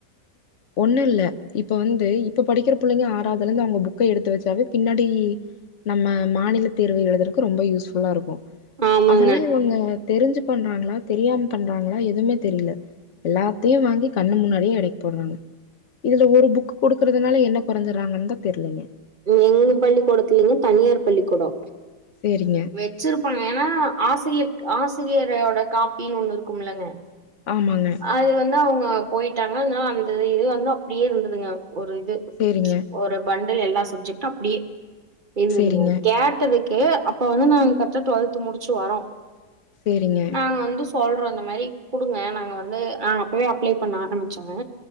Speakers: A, on the left; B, on the right.
A: ஒன்னு இல்ல இப்ப வந்து இப்ப படிக்கிற பிள்ளைங்க ஆறாவதுல இருந்து அவங்க புக்க எடுத்து வச்சாவே பின்னாடி நம்ம மாநில தேர்வு எழுதுறக்கு ரொம்ப யூஸ் ஃபுல்லா இருக்கு
B: ஆமாங்க
A: அதெல்லா இவங்க தெரிஞ்சு தெரிஞ்சு பண்றாங்களா தெரியாம பண்றாங்களா எதுமே தெரியில எல்லாத்தையு வாங்கி கண்ணு முன்னாடியே எடைக் போட்றாங்க இதுல ஒரு புக் குடுக்குறதுனால என்ன குறைஞ்சறாங்கன் தா தெரிலேங்க
B: எங்க பள்ளிக்கூடத்துல்லைங்க தனியார் பள்ளிக்கூடோ
A: சேரிங்க
B: வெச்சிருப்பாங்க ஏன்னா ஆசிரியர்க் ஆசிரியரோட காப்பினு ஒண்ணு இருக்குமில்லங்க
A: ஆமாங்க
B: அது வந்து அவங்க போயிட்டாங்க ஆனா அந்த இது வந்து அப்டியே இருந்ததுங்க ஒரு இது
A: சேரிங்க
B: ஓர் பண்டுல் எல்லா சப்ஜெக்டு அப்டியே இருந்துதுங்க
A: சரிங்க.
B: கேட்டதுக் கே அப்ப வந்து நாங் கரெக்டா ட்வெல்து முடிச்சு வரோ
A: சரிங்க.
B: நாங்க வந்து சொ சொல்றோ இந்த மாரி குடுங்க நாங்க வந்து நாங்க அப்பவே அப்ளை பண்ண ஆரம்பிச்சோங்க